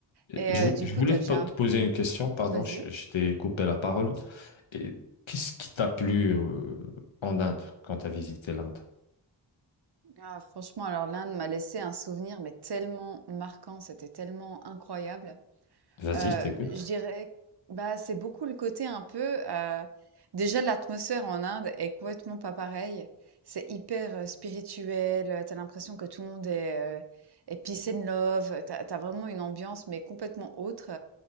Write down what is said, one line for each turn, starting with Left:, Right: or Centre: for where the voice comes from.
Left: Et
Right: Et
Left: Je,
Right: euh,
Left: vou-
Right: du
Left: je
Right: coup,
Left: voulais
Right: t'as
Left: te
Right: déjà
Left: po- te
Right: un
Left: poser
Right: peu...
Left: une question, pardon,
Right: Vas-y.
Left: je, je t'ai coupé la parole. Et qu'est-ce qui t'a plu, euh, en Inde quand t'as visité l'Inde?
Right: Ah, franchement, alors l'Inde m'a laissé un souvenir, mais tellement marquant, c'était tellement incroyable.
Left: Vas-y,
Right: Euh,
Left: je t'écoute.
Right: je dirais, bah, c'est beaucoup le côté un peu... euh, Déjà, l'atmosphère en Inde est complètement pas pareille. C'est hyper euh, spirituel, euh, t'as l'impression que tout le monde est, euh, est peace and love, t'as, t'as vraiment une ambiance, mais complètement autre.